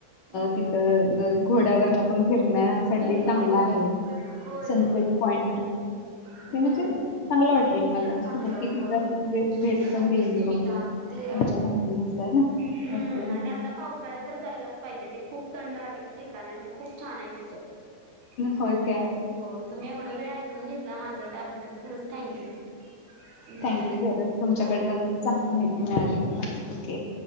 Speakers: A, on the right; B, on the left.
A: हम्म
B: तिथं घोड्यावरन पण फिरण्यासाठी
A: फिरणं
B: चांगला
A: होय
B: आहे.
A: होय
B: सनसेट
A: होय.
B: पॉइंट
A: हम्म
B: हे म्हणजे चांगलं वाटलं मला
A: चांगलं
B: नक्की तिथं
A: होय
B: असं म्हणजे भेट पण
A: नक्कीच
B: देईन
A: तुम्ही
B: बघू
A: जा. ते
B: तुमच्या माहितीनुसार
A: हम्म
B: ओके
A: आणि आता पावसाळ्यात तर जायलाच. पाहिजे ते खूप थंड हवेच ठिकाण आणि खूप छान आहे तिथं.
B: होय
A: हो
B: काय
A: तुम्ही एवढं वेळ ऐकून घेतला माझं त्याबद्दल खरंच थँक्यू. हम्म
B: थँक खरच तुमच्याकडनं
A: हो
B: चांगली माहिती मिळाली मला ओके.